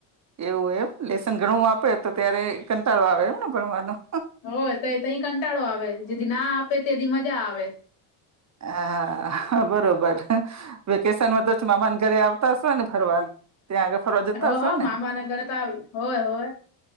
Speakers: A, on the right; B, on the left.
A: એવું એમ લેસન ઘણું આપે તો ત્યારે કંટાળો આવે એમને ભણવાનું.
B: હોય ત તહી કંટાળો આવે જેદી ના આપે તે મજા આવે.
A: હ હા બરોબર. વેકેશનમાંધ જ મામાને ઘરે આવતા હશે ને ફરવાન ત્યાં આગળ. ફરવા જતા
B: હો
A: હશો
B: હો
A: ને
B: મામાના ઘર તો આવે હોય હોય.